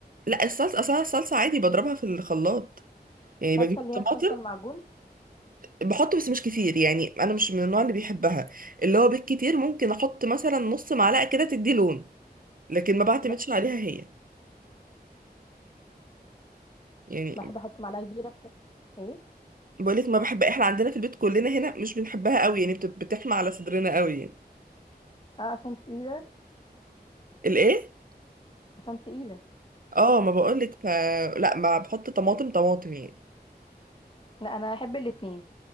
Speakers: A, on the right; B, on the left.
A: لا الصلصة أصلا الصلصة عادي بضربها في الخلاط يعني
B: الصلصه
A: بجيب
B: اللي
A: الطماطم
B: هي الصلصه المعجون
A: بحط بس مش كتير يعني أنا مش من النوع اللي بيحبها اللي هو بالكتير ممكن أحط مثلا نص معلقة كده تدي لون لكن ما بعتمدش
B: لا
A: عليها هي يعني
B: بحب احط معلقه كبيره ف- ايه
A: بقولك ما بحب احنا عندنا في البيت كلنا هنا مش بنحبها قوي يعني بت- بتحمى على صدرنا قوي يعني
B: اه عشان تقيله
A: الايه
B: عشان تقيله
A: اه ما بقولك ف لا ما بحط طماطم طماطم يعني
B: لا انا احب الاتنين